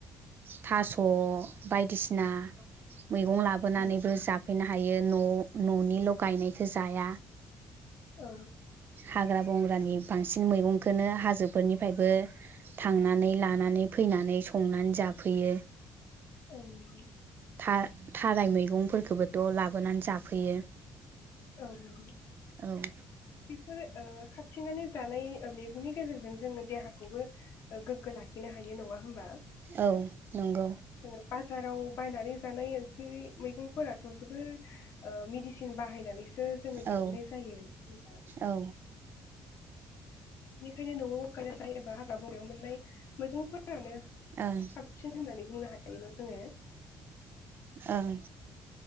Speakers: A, on the right (about 40°); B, on the left (about 50°).
A: थास' बायदिसिना मैगं लाबोनानैबो
B: उम
A: जाफैना हायो न' न'निल' गायनायखौ जाया
B: औ
A: हाग्रा-बंग्रानि बांसिन मैगंखौनो हाजोफोरनिफ्रायबो थांनानै लानानै फैनानै संनानै जाफैयो।
B: औ नंगौ
A: था थाराय मैगंफोरखौबोथ' लाबोनानै जाफैयो।
B: औ नंगौ
A: औ
B: बेफोर ओ खारथिंनानै जानाय मैगंनि गेजेरजों जोंङो देहाखौबो गोग्गो लाखिनो हायो नंङा होमबा
A: औ नंगौ
B: जोङो बाजाराव बायनानै जानाय ओंख्रि मैगंफोराथ' जोबोर ओ मेदिसिन बाहायनानै सो जोंङो दिहुननाय
A: औ
B: जायो।
A: औ
B: बेनिखायनो न'आव गायना जायो एबा हाग्रा बंग्रायाव मोननाय मैगं फोरानो
A: ओं ओं
B: साबसिन होननानै बुंनो हायो <unintelligible>
A: ओं